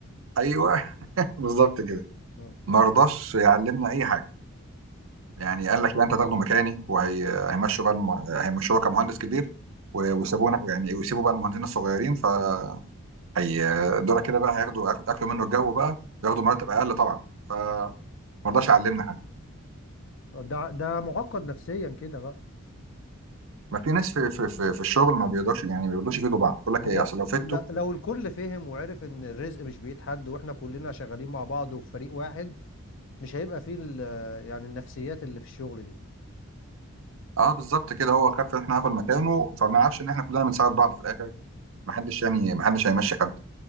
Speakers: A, on the right; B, on the left.
A: ايوه <laughs> بالظبط كده
B: مم.
A: ما رضاش يعلمنا اي حاجه يعني قال لك لا انت هتاخده مكاني وهيمشوا بقى الم... هيمشوه كمهندس كبير و- ويسيبونا يعني ويسيبوا بقى المهندسين الصغيرين ف هي دول كده بقى هياخدوا أك- اكلوا منه الجو بقى ياخدوا مرتب اقل طبعا فما رضاش يعلمنا حاجه
B: ده ده معقد نفسيا كده بقى
A: ما في ناس في في في, في الشغل ما بيقدرش يعني ما بيقدرش يفيدوا بعض يقول لك
B: هو
A: ايه عشان لو فدته
B: ل- لو الكل فهم وعرف ان الرزق مش بيد حد واحنا كلنا شغالين مع بعض وفي فريق واحد مش هيبقى فيه ال- يعني النفسيات اللي في الشغل دي
A: اه بالظبط كده هو خاف ان احنا هناخد مكانه فما يعرفش ان احنا كلنا بنساعد بعض في الاخر ما حدش يعني ما حدش هيمشي حد